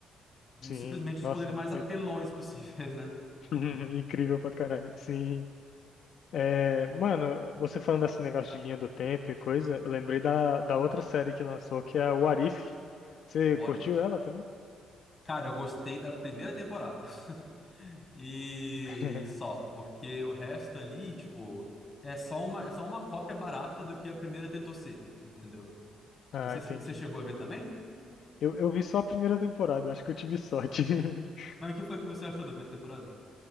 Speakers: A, on the left; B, on the left.
A: sim.
B: simplesmente
A: Nossa,
B: os poderes mais
A: incrível.
B: apelões <laughs> possíveis, né?
A: <laughs> Incrível pra caralho. Sim. É, mano, você falando desse negócio de linha do tempo e coisa, eu lembrei da, da outra série que lançou, que é o Arif Você
B: What
A: curtiu
B: if?
A: ela também?
B: Cara, eu gostei da primeira temporada. <laughs> E
A: <laughs>
B: só, porque o resto ali, tipo, é só uma, é só uma cópia barata do que a primeira tentou ser, entendeu?
A: Ah,
B: Eu Não sei
A: entendi.
B: se você chegou a ver também,
A: Eu, eu vi só a primeira temporada, acho que eu tive sorte. <laughs>
B: mas o que foi que você achou da primeira temporada?